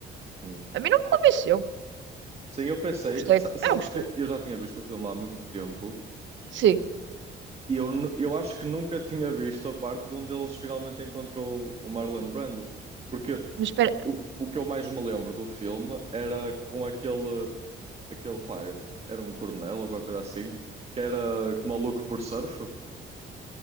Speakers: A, on the right; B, on the right.
A: Hum.
B: A mim não me convenceu.
A: Sim, eu pensei.
B: Não gostei,
A: sa-
B: eu
A: Sabes
B: não gostei.
A: que eu já tinha visto o filme há muito tempo
B: Sim,
A: e eu, nu- eu acho que nunca tinha visto a parte onde eles finalmente encontrou o Marlon Brando. Porque
B: mas espera,
A: o, o que eu mais me lembro do filme era com aquele, aquele pá, era um coronel ou qualquer coisa assim, que era maluco por surf.